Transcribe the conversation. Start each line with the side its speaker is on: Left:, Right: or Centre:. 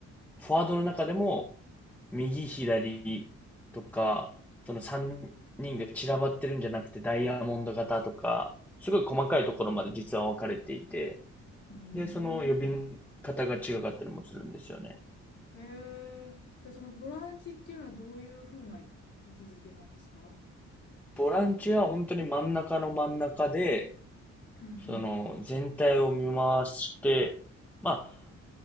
Centre: フォワードの中でも、右、左とか、その3人が散らばってるんじゃなくて、ダイヤモンド型とか、すごい細かいところまで実は分かれていて、
Left: うーん。
Centre: で、その呼び方が違かったりもするんですよね。
Left: へえ。じゃあそのボランチっていうのはどういうふうな位置づけなんですか
Centre: ボランチは本当に真ん中の真ん中で、
Left: うんうん。
Centre: その全体を見回して、まあ、